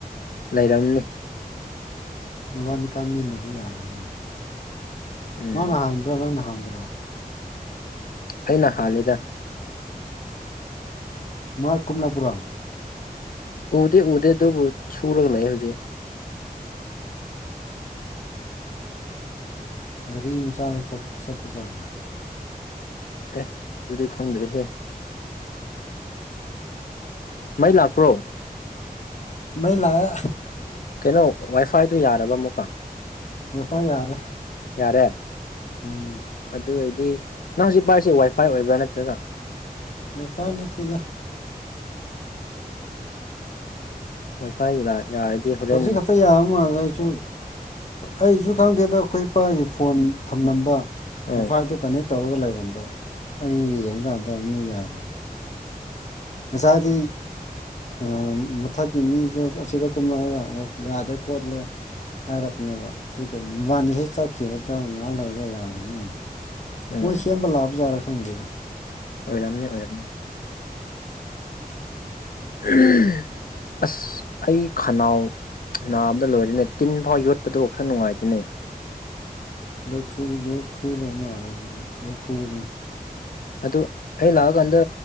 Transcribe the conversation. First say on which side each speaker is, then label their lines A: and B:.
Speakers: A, on the left; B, on the left.
A: ꯂꯩꯔꯝꯅꯤ
B: ꯅꯋꯥꯅꯤꯀꯥ ꯃꯦꯟꯅꯕ ꯌꯥꯕꯅꯤꯅ
A: ꯎꯝ
B: ꯃꯥꯅ ꯍꯥꯟꯕ꯭ꯔꯥ ꯅꯪꯅ ꯍꯥꯟꯕ꯭ꯔꯥ
A: ꯑꯩꯅ ꯍꯂꯦꯗ
B: ꯃꯥꯣꯏ ꯀꯃꯂꯄꯨꯔꯥ
A: ꯎꯗꯦ ꯎꯗꯦ ꯑꯗꯨꯕꯨ ꯁꯨꯔꯒ ꯂꯩ ꯍꯧꯖꯤꯛ
B: ꯒꯔꯤꯁꯥꯗ ꯁ ꯁꯠ ꯍꯖꯥꯔꯥ
A: ꯑꯦ ꯑꯗꯨꯗꯤ ꯈꯪꯗ꯭ꯔꯦꯍꯦ ꯃꯩ ꯂꯥꯛꯄ꯭ꯔꯣ
B: ꯃꯩꯂꯥꯛ ꯑꯦ
A: ꯀꯩꯅꯣ ꯋꯥꯏ ꯐꯥꯏ ꯑꯗꯨ ꯌꯥꯔꯕ ꯑꯃꯨꯛꯀ
B: ꯋꯥꯏꯐꯥꯏ ꯌꯥꯔꯦ
A: ꯌꯥꯔꯦ
B: ꯎꯝ
A: ꯑꯗꯨ ꯑꯣꯏꯗꯤ ꯅꯪ ꯍꯧꯖꯤꯛ ꯄꯥꯔꯤꯁꯤ ꯋꯥꯏꯐꯥꯏ ꯑꯣꯏꯕ꯭ꯔꯥ ꯅꯠꯇ꯭ꯔꯒ
B: ꯃꯐꯥꯏ ꯅꯠꯇꯦꯗ
A: ꯋꯥꯏꯐꯥ ꯏꯔꯥ ꯌꯥꯔꯗꯤ ꯍꯣꯔꯦꯟ
B: ꯍꯧꯖꯤꯛ ꯇꯥ ꯌꯥꯕ ꯃꯥꯜꯂꯦ ꯑꯩꯁꯨ ꯑꯩꯁꯨ ꯈꯪꯗꯦꯗ ꯑꯩꯈꯣꯏ ꯏꯄꯥꯒꯤ ꯐꯣꯟ ꯊꯝꯂꯝꯕ ꯋꯥꯏꯐꯥꯏꯗꯨ
A: ꯎꯝ
B: ꯀꯅꯦꯛ ꯇꯧꯔꯒ ꯂꯩꯔꯝꯕ ꯑꯩ ꯌꯦꯡꯉꯀꯥꯟꯗ ꯑꯃꯨꯛ ꯌꯥꯔꯕ ꯉꯁꯥꯏꯗꯤ ꯑꯥ ꯃꯊꯛꯀꯤ ꯃꯤꯖꯨ ꯑꯁꯤꯗ ꯀꯨꯝꯂꯛꯑꯒ ꯑꯃꯨꯛ ꯌꯥꯗꯦ ꯈꯣꯠꯂꯦ ꯍꯥꯏꯔꯛꯄꯅꯦꯕ ꯑꯗꯨꯒ ꯃꯕꯥꯅꯤ ꯍꯦꯛ ꯆꯠꯈꯤꯕꯗꯣ ꯉꯥꯏꯍꯥꯛ ꯂꯩꯔꯒ ꯌꯥꯔꯕ ꯃꯥꯜꯂꯦ
A: ꯎꯝ
B: ꯃꯣꯏ ꯁꯦꯝꯕ ꯂꯥꯛꯄ ꯖꯥꯔꯥ ꯈꯪꯗꯦꯗ
A: ꯑꯣꯏꯔꯝꯅꯤ ꯑꯣꯏꯔꯝꯅꯤ
B: <inaudible>
A: ꯎꯝ ꯑꯁ ꯑꯩ ꯈꯅꯥꯎ ꯅꯥꯕꯗ ꯂꯣꯏꯔꯦꯅꯦ ꯇꯤꯟ ꯐꯥꯎ ꯌꯣꯠꯄꯗꯨ ꯈꯔ ꯅꯨꯡꯉꯥꯏꯇꯦꯅꯦ
B: ꯂꯣꯛ ꯊꯨꯕ ꯂꯣꯛ ꯊꯨꯗꯧ ꯃꯥꯜꯂꯦ ꯑꯗꯨꯅꯤ ꯂꯣꯛ ꯈꯨꯕꯒꯤ
A: ꯑꯗꯨ ꯑꯩ ꯂꯥꯛꯑꯀꯥꯟꯗ